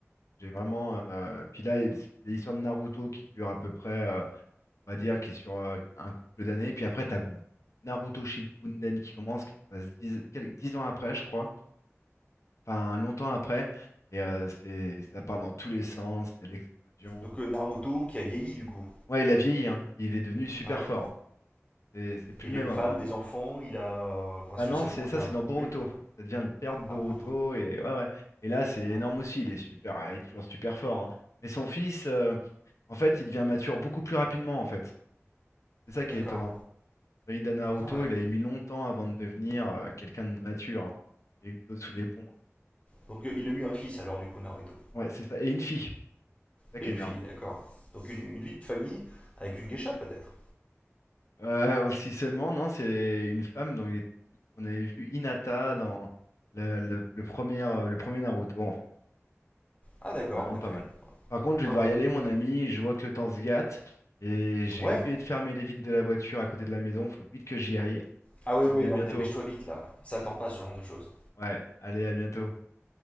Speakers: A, on the left (about 85°); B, on the left (about 25°).
A: J'ai vraiment. euh, Puis là, il y a l'histoire de Naruto qui dure à peu près. euh, on va dire, qui est sur euh, un couple d'années. Puis après, tu as Naruto Shippuden qui commence, qui se passe dix quel- 10 ans après, je crois. Enfin, longtemps après. Et euh, c'est, ça part dans tous les sens, c'est l'explosion.
B: Donc euh, Naruto qui a vieilli, du coup.
A: Ouais, il a vieilli, hein. Il est devenu super
B: Ah ouais.
A: fort. C'est c'est plus
B: Et
A: le
B: il
A: même
B: a une
A: homme,
B: femme,
A: hein.
B: des enfants, il a... Enfin,
A: Ah
B: socialement,
A: non, c'est ça,
B: il a
A: c'est
B: un peu
A: dans
B: bougé.
A: Boruto. Ça devient le père de Boruto.
B: Ah, Boruto.
A: Et, ouais, ouais. Et là, c'est
B: Ouais.
A: énorme aussi. Il est super, euh, il est toujours super fort. hein. Mais son fils, euh, en fait, il devient mature beaucoup plus rapidement, en fait. C'est ça qui
B: D'accord.
A: est étonnant. Maïda Naruto,
B: Ah ouais.
A: il avait mis longtemps avant de devenir euh, quelqu'un de mature. hein. Il y a eu de l'eau sous les ponts. hein.
B: Donc euh, il a eu un fils alors du coup Naruto.
A: Ouais, c'est ça. Et une fille, c'est ça
B: Et
A: qui
B: une
A: est énorme.
B: fille, d'accord. Donc une, une vie de famille avec une geisha peut-être.
A: Euh, si seulement, non, c'est une femme dont il est... on avait vu Hinata dans le, le- le premier, euh, le premier Naruto, en fait.
B: Ah
A: Donc,
B: d'accord,
A: C'était vraiment
B: ok.
A: pas
B: Ouais,
A: mal. Par contre, je vais devoir
B: ouais,
A: y aller,
B: ok.
A: mon ami. Je vois que le temps se gâte. Et j'ai
B: Ouais
A: oublié de fermer les vitres de la voiture à côté de la maison. Faut vite que j'y aille.
B: Ah ouais,
A: Je te
B: ouais,
A: dis à
B: donc
A: bientôt.
B: dépêche-toi vite là. Ça attend pas ce genre de choses.
A: Ouais, allez, à bientôt.